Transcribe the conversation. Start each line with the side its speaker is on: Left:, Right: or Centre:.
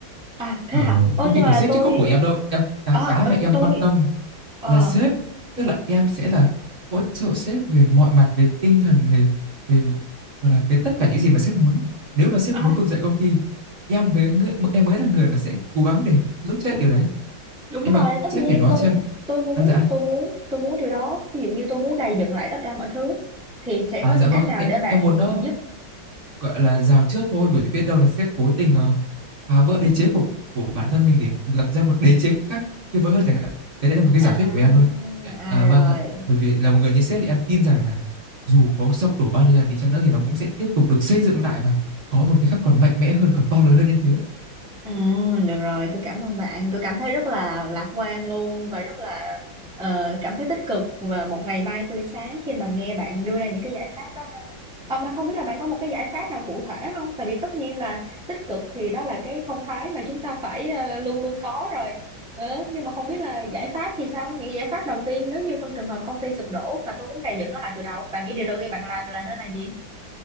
Centre: à thế
Right: Ờ,
Centre: hả ôi
Right: công
Centre: nhưng
Right: ty của
Centre: mà
Right: sếp
Centre: tôi
Right: chứ có của em đâu. Em cái
Centre: ờ
Right: cái
Centre: ờ,
Right: mà em
Centre: tôi
Right: quan tâm
Centre: ờ
Right: là sếp, tức là em sẽ là hỗ trợ sếp về mọi mặt về tinh thần về về gọi là về tất cả những gì mà sếp muốn. Nếu mà sếp
Centre: à
Right: muốn vực dậy công ty, em mới ngư- em mới là người mà sẽ cố gắng để giúp sếp điều đấy.
Centre: đúng
Right: Nhưng
Centre: rồi
Right: mà
Centre: tất
Right: sếp
Centre: nhiên
Right: phải nói
Centre: tôi
Right: cho em
Centre: tôi muốn
Right: à dạ
Centre: tôi muốn tôi muốn điều đó ví dụ như tôi muốn gầy dựng lại tất cả mọi thứ thì sẽ
Right: à
Centre: có những
Right: dạ vâng
Centre: cách nào
Right: em,
Centre: để bạn
Right: em muốn nó
Centre: giúp
Right: gọi là rào trước thôi bởi vì biết đâu là sếp cố tình ờ, phá vỡ đế chế của của bản thân mình để lập ra một đế chế khác tuyệt vời hơn chẳng hạn đấy, đấy là một cái
Centre: à
Right: giả thuyết của em thôi
Centre: à
Right: à,
Centre: rồi
Right: vâng ạ bởi vì là một người như sếp thì em tin rằng là dù có sập đổ bao nhiêu lần đi chăng nữa thì nó cũng sẽ tiếp tục được xây dựng lại và có một cái khác còn mạnh mẽ hơn còn to lớn hơn như thế
Centre: ừ, được rồi tôi cảm ơn bạn tôi cảm thấy rất là lạc quan luôn và rất là ờ, cảm thấy tích cực và một ngày mai tươi sáng khi mà nghe bạn đưa ra những cái giải pháp đó Ờ, mà không biết là bạn có một cái giải pháp nào cụ thể không? Tại vì tất nhiên là tích cực thì đó là cái phong thái mà chúng ta phải ờ, luôn luôn có rồi. Ừ, nhưng mà không biết là giải pháp thì sao? Những giải pháp đầu tiên nếu như trong trường hợp công ty sụp đổ mà tôi muốn gây dựng nó lại từ đầu, bạn nghĩ điều đầu tiên bạn làm là nên là gì?